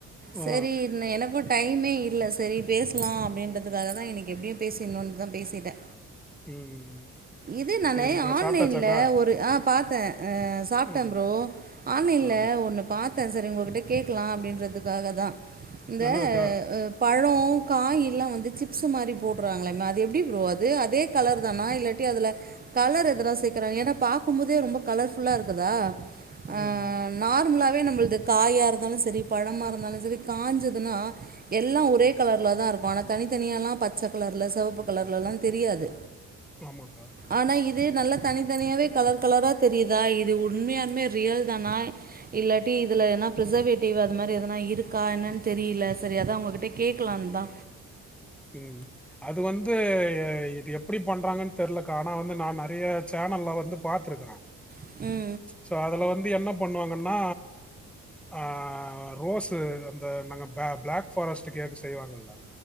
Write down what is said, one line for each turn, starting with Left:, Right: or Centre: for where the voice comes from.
Centre: ஆ
Right: செரி என கூட் டைமே இல்ல செரி பேசலா அப்டின்றதுக்காக தா இன்னைக்கு எப்டியு பேசிர்னுன்னு தா பேசிட்டே
Centre: ம்
Right: இது நானு
Centre: சேரிங்க்கா
Right: ஆன்லைன்ல
Centre: சாப்ட்டாச்சாக்கா
Right: ஒரு அ பாத்தே அ சாப்டென்
Centre: ம்
Right: ப்ரோ ஆன்லைன்ல
Centre: ஆ
Right: ஒன்னு பாத் த சேரி உங்ககிட்ட கேக்லா அப்டின்றதுக்காக தா இந்த
Centre: என்னதுக்கா
Right: அ பழொ காய் எல்லா வந்து சிப்ஸ் மாரி போடுறாங்லாமே அது எப்டி ப்ரோ அது அதே கலர் தானா இல்ல அதுல கலர் எதல்லா <unintelligible> ஏன்னா பாக்கும்போதே ரொம்ப கலர்ஃபுல்லா இருக்குதா
Centre: ம்
Right: ஆஹ் நா நார்மலாவே நம்பளது காயா இருந்தாலு செரி பழமா இருந்தாலு செரி காஞ்சதுன்னா எல்லா ஒரே கலர்ல தா இருக்கு ஆனா தனித்தனியா பச்ச கலர்ல செவப்பு கலர்லலா தெரியாது
Centre: ஆமாங்கா
Right: ஆனா இது நல்லா தனித்தனியாவே கலர் கலரா தெரியுதா இது உண்மையாலுமே ரியல் தானா இல்லாட்டி இதில் எனா ப்ரிசர்வேட்டிவ் அது மாரி எதனா இருக்கா என்னன் தெரியல சரி அதா உங்ககிட்ட கேக்லான்தா
Centre: ம் அது வந்து இது எப்டி பண்றாங்கன் தெர்லக்கா ஆனா வந்து நா நெறைய சேனல்ல வந்து பாத்துருக்க
Right: ம்
Centre: சோ அதுல வந்து என்ன பண்ணுவாங்கன்னா அஹ் ரோஸு அந்த நாங்க பிளாக் பாரஸ்டு கேக்கு செய்வாங்கல்ல